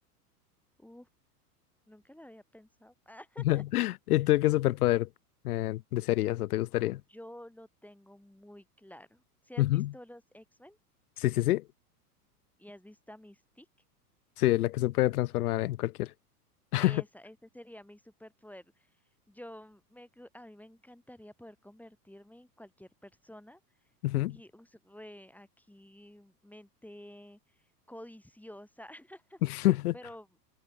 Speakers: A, in the centre; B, on the left (about 65°).
A: Uf, nunca lo había pensado. <laughs>
B: <laughs> ¿Y tú qué superpoder eh, desearías o te gustaría?
A: Yo lo tengo muy claro. Si has
B: Ujú.
A: visto los X-Men
B: Sí, sí, sí.
A: y has visto a Mystique,
B: Sí, la que se puede transformar en cualquiera. <laughs>
A: esa, ese sería mi superpoder. Yo me, cu- a mí me encantaría poder convertirme en cualquier persona
B: Ujú.
A: y us- re aquí mente codiciosa, <laughs>
B: <laughs>
A: pero